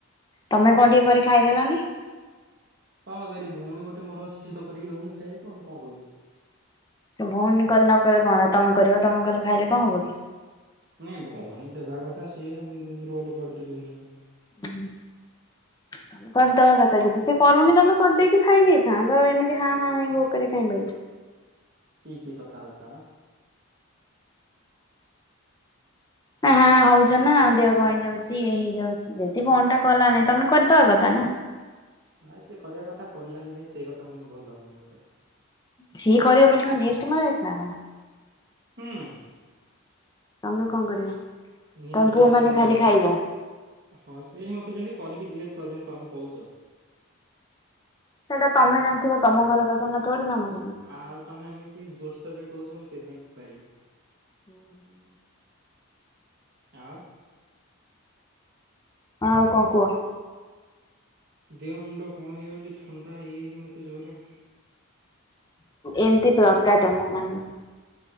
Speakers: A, on the left (about 20°); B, on the right (about 50°).
A: ତମେ କଣ ଟିକେ କରି ଖାଇଦେଲାନି?
B: କଣ କ ଭଉୀ ଗୋଟେ ମୋର ଅଛି ସିଏ ତ କରିକି ଦଉନି ଖାଇବାକୁ ମୁ କଣ କହିବି?
A: ଭଉଣୀ କଲେ ନ କହଲେ କଣ ତମେ କରିବ ତମ କଲେ ଖାଇଲେ କଣ ହବ କି?
B: ନାଇଁ ଭଉଣୀ ଦେବା କଥା ସିଏ ରୋଲ କାଢୁଚ ଦୁନିଆ
A: ହଁ ତମେ କ ଦବା କଥା ଯଦି ସେ କରୁନି ତମେ କରିଦେଇକି ଖାଇ ଦେଇଥାନ୍ତ ତ ଏମିତି ହଁ ହଁ ହ ଭୋକରେ କ ଖାଇଁ
B: ସିଏ କିଏ କଥାବାର୍ତ୍ତା ହେ
A: ନା ହଁ ହଉଛ ନା ଦେହ କ ହେଇ ଯାଉଛି ଇଏ ହେଇଯାଉଛି। ଯଦି ବ ଟା କଲାନି ତମେ କରିଦବା କଥା ନା।
B: ନାଇଁ ସେ କରିବା କଥା କରିଲାନି କାଇଁ ସେଇ କଥା ଭଲ ଲାଗୁନି ମତେ
A: ସିଏ କରିବ ବୋଲି କଣ ମଇଛି ନା କଣ
B: ହୁଁ।
A: ତମେ କଣ କରିବ ତମେ
B: ନିହାତି ଲିଷ୍ଟ
A: ପୁଅ ମାନେ
B: ମରା
A: ଖାଲି
B: ହେଇଛି
A: ଖାଇବ?
B: ହଁ ସିଏ ମତେ ଯେମିତି କରିକି ଦିମତି ତମେ କହୁଛ?
A: ସେଇଟା ତମେ ଜାଣିଥିବ ତମ ଘର କଥା ନା ଥୋ ନା ମେ
B: ଆଉ ତମେ ଏମିତି ଜୋରସୋର ରେ କହୁଛ ମୁଁ ସେଇଥିାଇଁ କହିଲି।
A: ହୁଁ ହୁଁ।
B: ଆଉ?
A: ହଁ ଆଉ କଣ କୁହ?
B: ଦେହ ମୁଣ୍ଡ କଣ ହେଇଯାଉଛି ଥଣ୍ଡା ହେଇଯାଇଛି ମୋତେ ଜୋରରେ।
A: ଏମତି <unintelligible>